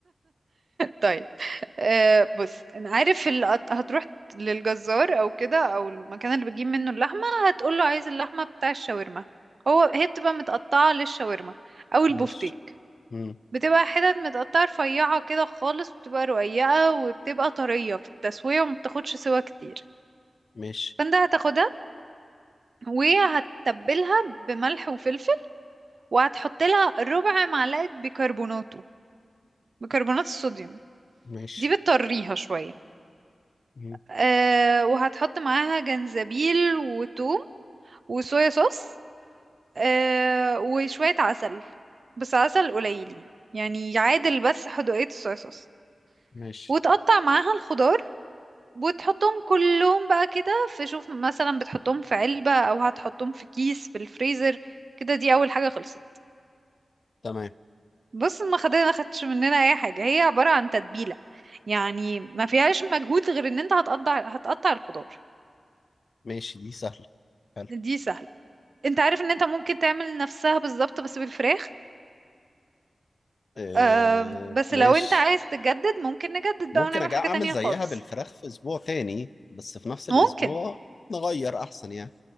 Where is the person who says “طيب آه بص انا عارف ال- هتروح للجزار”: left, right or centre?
Right